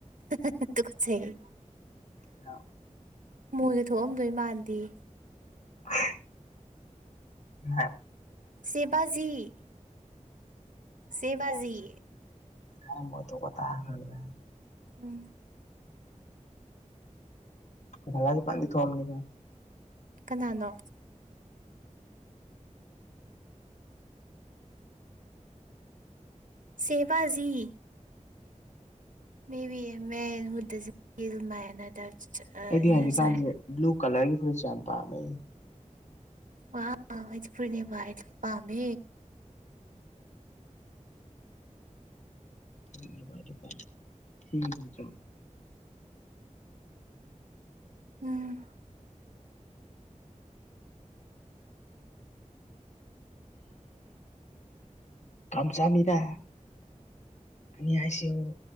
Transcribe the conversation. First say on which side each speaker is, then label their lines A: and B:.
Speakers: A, on the right; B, on the left.
A: <unintelligible> ꯇꯨꯀꯠꯆꯩꯍꯦ
B: <unintelligible>
A: ꯃꯣꯏꯒ ꯊꯣꯛꯑꯝꯗꯣꯏ ꯃꯥꯟꯗꯦꯌꯦ
B: <inaudible> ꯍꯥ
A: ꯆꯦꯕꯥꯖꯤ ꯆꯦꯕꯥꯖꯤ
B: ꯑꯩ ꯃꯣꯏ ꯊꯣꯛꯄ ꯇꯥꯈ꯭ꯔꯕꯔꯥ
A: ꯎꯝ
B: ꯕꯂꯥꯖꯨ ꯐꯖꯅꯗꯤ ꯊꯣꯛꯑꯝꯅꯤꯀꯣ
A: ꯀꯅꯥꯅꯣ ꯆꯦꯕꯥꯖꯤ ꯃꯦ ꯕꯤ ꯑꯥ ꯃꯦꯟ <unintelligible>
B: ꯑꯩꯗꯤ
A: ꯏꯅꯔ
B: ꯍꯧꯖꯤꯛꯀꯥꯟꯁꯦ
A: ꯆꯥꯏꯜ
B: ꯕꯂꯨ ꯀꯂꯔꯒꯤ ꯐꯨꯔꯤꯠꯁꯦ ꯌꯥꯝ ꯄꯥꯝꯃꯦ
A: ꯋꯥ ꯑꯩꯁꯨ ꯐꯨꯔꯤꯠꯅꯦꯕꯨ ꯍꯥꯏꯗꯤ ꯄꯥꯝꯃꯦ
B: <unintelligible>
A: ꯎꯝ
B: ꯀꯝꯆꯃꯤꯗ ꯑꯅꯤꯌꯍꯥꯁꯤꯌꯣ